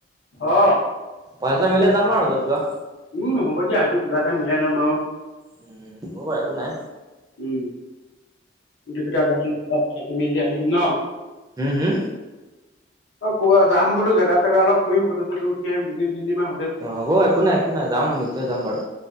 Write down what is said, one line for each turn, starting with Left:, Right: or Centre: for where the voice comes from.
Left: অ
Right: পইচা মিলাই যাম আৰু য'ত যোৱা।
Left: উ হ'ব দিয়া। সেইটো কিবা এটা মিলাই ল'ম আও।
Right: উম হ বাৰু একো নাই।
Left: উম, <unintelligible> থাকি মেলি আহিম ন?
Right: উ-হু?
Left: অ ক'বা যাম বুলো, জাগা-ছাগা অলপ ফুৰিম, ফটো-চটো উঠি আহিম। দুদিন-তিনদিনমান
Right: অ হ'ব একো নাই, একো নাই। যাম নিশ্চয় যাম বাৰু।